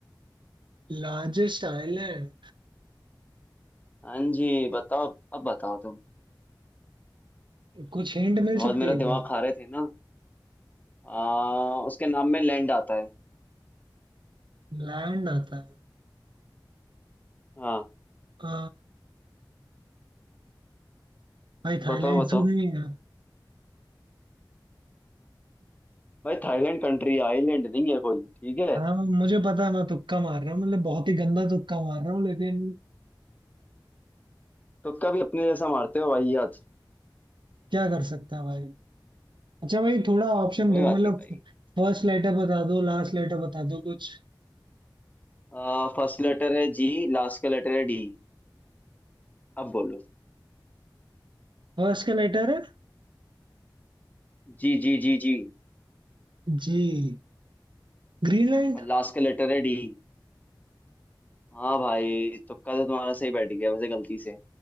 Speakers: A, on the right; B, on the left.
A: Largest island
B: हाँ जी बताओ अब बताओ तुम
A: कुछ हिंट मिल
B: बहुत
A: सकती
B: मेरा
A: है क्या
B: दिमाग खा रहे थे ना आ, उसके नाम में लैंड आता है
A: लैंड आता है
B: हाँ
A: आ, भाई थाईलैंड
B: बताओ बताओ
A: तो नहीं है
B: भाई थाईलैंड कंट्री आइलैंड नहीं है कोई ठीक है
A: हाँ मुझे पता है मैं तुक्का मार रहा हूँ मतलब बहुत ही गंदा तुक्का मार रहा हूँ लेकिन
B: तुक्का भी अपने जैसा मारते हो भाई याद
A: क्या कर सकते हैं भाई अच्छा भाई थोड़ा ऑप्शन
B: कोई
A: दो
B: बात
A: मतलब
B: नहीं भाई
A: फर्स्ट लेटर बता दो लास्ट लेटर बता दो कुछ
B: आ, फर्स्ट लेटर है जी लास्ट का लेटर है डी अब बोलो
A: फर्स्ट का लेटर है
B: G G G G
A: जी ग्रीनलैंड
B: और लास्ट का लेटर है डी हाँ भाई तुक्का तो तुम्हारा सही बैठ गया वैसे गलती से